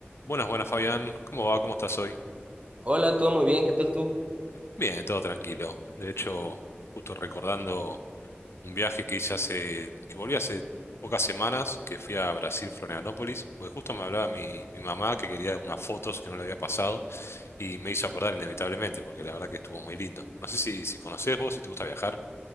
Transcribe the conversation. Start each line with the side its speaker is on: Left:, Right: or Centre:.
Left: Buenas, buenas Fabián, ¿cómo va? ¿Cómo estás hoy?
Right: Hola, todo muy bien, ¿qué tal tú?
Left: Bien, todo tranquilo. De hecho, justo recordando un viaje que hice hace, que volví hace pocas semanas, que fui a Brasil, Florianópolis, porque justo me hablaba mi, mi mamá que quería unas fotos que no le había pasado y me hizo acordar inevitablemente, porque la verdad que estuvo muy lindo. No sé si, si conocés vos, si te gusta viajar.